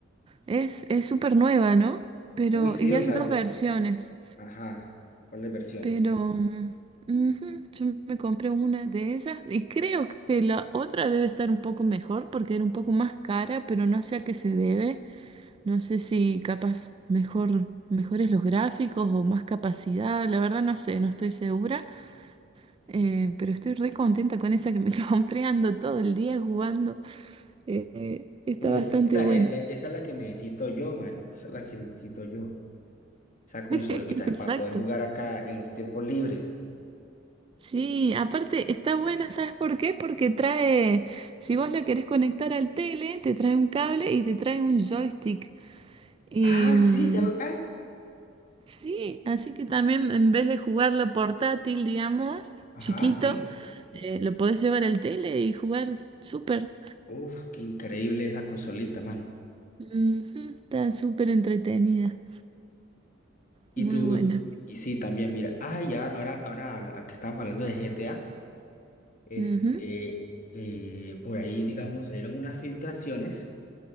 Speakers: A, on the right; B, on the left.
A: Es, es súper nueva, ¿no? Pero,
B: Uy, sí,
A: y
B: o
A: hay
B: sea,
A: dos versiones.
B: ajá. ¿Cuáles versiones?
A: Pero mm, ujú, yo me compré una de ellas y creo que la otra debe estar un poco mejor porque era un poco más cara, pero no sé a qué se debe. No sé si capaz mejor, mejores los gráficos o más capacidad. La verdad no sé, no estoy segura, eh, pero estoy re contenta con esa que me <laughs> compré ando todo el día jugando. eh, está
B: Uy,
A: bastante
B: esa, esa,
A: buena.
B: e- e- esa es la que necesito yo, mano. Esa es la que necesito yo. Esa consolita
A: <laughs> Exacto.
B: para poder jugar acá en los tiempos libres.
A: Sí, aparte está buena, ¿sabes por qué? Porque trae, si vos la querés conectar al tele, te trae un cable y te trae un joystick. Y
B: Ah,
A: mm,
B: sí, ya lo hay.
A: sí, así que también en vez de jugarlo portátil, digamos,
B: Ajá,
A: chiquito,
B: sí.
A: eh, lo podés llevar al tele y jugar súper.
B: Uf, qué increíble esa consolita, mano.
A: Ujú, está súper entretenida,
B: Y
A: muy
B: tú,
A: buena.
B: eh, y sí, también, mira, ay, ahora, ahora, ahora habla- que estábamos hablando de GTA, este,
A: Ujú.
B: eh, por ahí, digamos, salieron unas filtraciones,